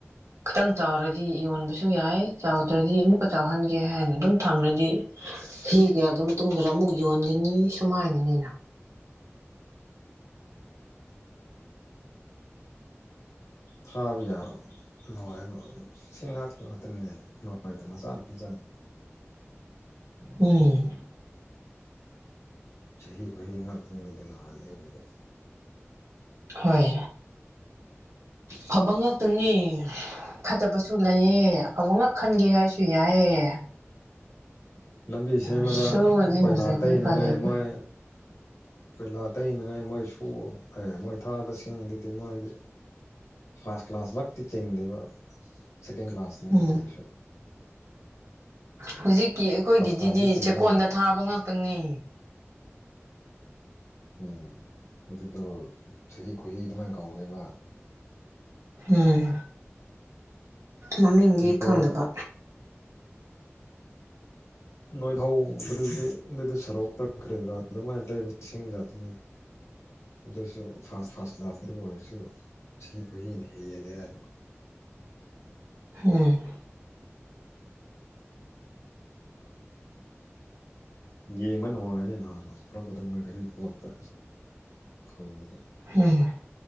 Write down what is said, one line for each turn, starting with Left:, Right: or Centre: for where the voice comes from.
Right: ꯈꯥꯇꯪ ꯆꯥꯎꯔꯗꯤ ꯌꯣꯟꯕꯁꯨ ꯌꯥꯏ ꯆꯥꯎꯗ꯭ꯔꯗꯤ ꯑꯃꯨꯛꯀ ꯆꯥꯎꯍꯟꯒꯦ ꯍꯥꯏꯅ ꯑꯗꯨꯝ ꯊꯝꯔꯗꯤ ꯐꯤ ꯀꯌꯥꯒꯤ ꯇꯨꯡꯗꯔꯥ ꯑꯃꯨꯛ ꯌꯣꯟꯒꯅꯤ ꯁꯨꯃꯥꯏꯅꯅꯤꯅ
Left: ꯊꯥꯕ ꯌꯥꯕ ꯅꯨꯡꯉꯥꯏꯕ ꯁꯤ ꯉꯥꯛꯇꯅꯦ ꯅꯨꯡꯉꯥꯏꯕ ꯃꯆꯥ ꯃꯆꯥꯥꯗ
Right: ꯎꯝ
Left: ꯆꯍꯤ ꯈꯨꯌꯤ ꯉꯥꯛꯇꯅꯤꯗꯅ ꯑꯥꯗ ꯂꯩꯍꯧꯕꯗꯣ
Right: ꯍꯣꯏ ꯐꯥꯕ ꯉꯥꯛꯇꯅꯤ ꯐꯠꯇꯕꯁꯨ ꯂꯩꯌꯦ ꯑꯐꯕ ꯉꯥꯛ ꯈꯟꯒꯦ ꯍꯥꯏꯁꯨ ꯌꯥꯏꯌꯦ
Left: ꯂꯝꯕꯤ ꯁꯦꯝꯕꯗ
Right: ꯁꯨ ꯅꯤꯡꯗ꯭ꯔꯗꯤ
Left: ꯀꯣꯏꯂꯥ ꯇꯩꯅꯉꯥꯏ
Right: ꯎꯄꯥꯏ ꯂꯩꯇꯦ
Left: ꯃꯣꯏ ꯀꯣꯏꯂꯥ ꯇꯩꯩꯅꯉꯥꯏ ꯃꯣꯏꯁꯨ ꯑꯦ ꯃꯣꯏ ꯊꯥꯕ ꯁꯤꯡꯗꯨꯗꯤ ꯃꯣꯏꯒꯤ ꯐꯥꯔꯁ ꯀ꯭ꯂꯥꯁ ꯃꯛꯇꯤ ꯆꯤꯡꯗꯦꯕ ꯁꯦꯀꯦꯟ ꯀ꯭ꯂꯥꯁꯅꯦꯕ
Right: ꯎꯝ
Left: ꯑꯗꯨꯑꯣꯏꯁꯨ
Right: ꯍꯧꯖꯤꯛꯀꯤ ꯑꯩꯈꯣꯏꯒꯤꯖꯤꯗꯤ
Left: ꯐꯥꯔꯁ ꯀ꯭ꯂꯥꯁꯇ ꯆꯤꯡꯉꯦ
Right: ꯆꯦꯛꯀꯣꯟꯗ ꯊꯥꯕ ꯉꯥꯛꯇꯅꯤ
Left: ꯎꯝ ꯑꯗꯨꯗꯣ ꯆꯍꯤ ꯈꯨꯍꯤ ꯑꯗꯨꯃꯥꯏ ꯀꯧꯋꯦꯕ
Right: ꯎꯝ ꯃꯃꯤꯡꯗꯤ
Left: ꯅꯣꯏ
Right: ꯈꯪꯗꯕ
Left: ꯅꯣꯏꯕꯧ ꯎꯗ꯭ꯔꯥꯗꯤ ꯑꯗꯨꯗꯤ ꯁꯔꯣꯛꯇ ꯇꯛꯈ꯭ꯔꯤꯕ꯭ꯔꯥ ꯑꯗꯨꯃꯥꯏꯅ ꯇꯧ ꯁꯤꯡꯒꯥꯇꯤ ꯑꯗꯨꯁꯨ ꯐꯥꯔꯁ ꯐꯥꯔꯁ ꯀ꯭ꯂꯥꯁꯇꯕꯨ ꯑꯣꯏꯔꯁꯨ ꯆꯍꯤ ꯀꯨꯏꯅ ꯍꯦꯜꯂꯦ ꯍꯥꯏꯕ
Right: ꯎꯝ
Left: ꯌꯦꯡꯕ ꯅꯨꯡꯉꯥꯏꯅꯦ ꯅꯍꯥꯟꯅ ꯄꯨꯔꯛꯄꯗ ꯃꯣꯏ ꯒꯥꯔꯤ ꯄꯣꯠꯇ ꯐꯨꯟꯗ
Right: ꯍꯨꯝ